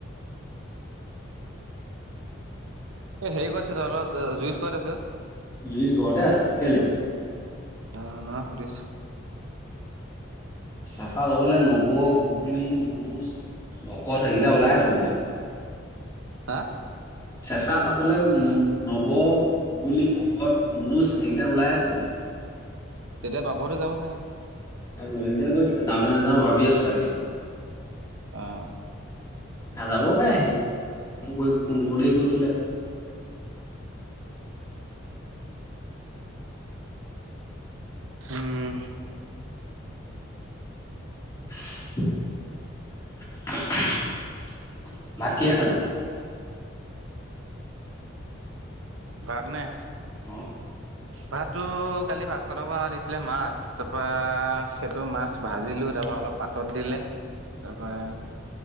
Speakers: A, on the right; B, on the left.
A: এ, হেৰি কত আছে তহত জুইজ কত আছে অ।
B: জুইচ ঘৰতে আছে কেলে?
A: অ নহয় সুধিছো।
B: চেঁচা যাবলে নৱ গুগলী মনোজ ভকত এইকেইটা
A: অ
B: ওলাই আছে বোলে।
A: হা?
B: চেঁচা যাবলৈ নৱ, গুগোলী, ভকত, মনোজ এইকেইটা ওলাই আছে বোলে
A: তেতিয়া বাবুহতো যাব চাগে?
B: ললিতে কৈছিলে যাও নে নাযাও ভাবি আছো তাকে
A: অহ
B: নাযাবও পাৰে সি মোক কৈ ফোন কৰোতে কৈছিলে
A: <unintelligible> উম
B: <unintelligible> ভাত কিহে খালি?
A: ভাত নে,
B: অ
A: ভাততো কালি ভাস্কৰ হতৰ পৰা দিছিলে মাছ তাৰপৰা সেইটো মাছ ভাজিলো তা ৰপৰা অলপ পাতত দিলে তাৰপৰা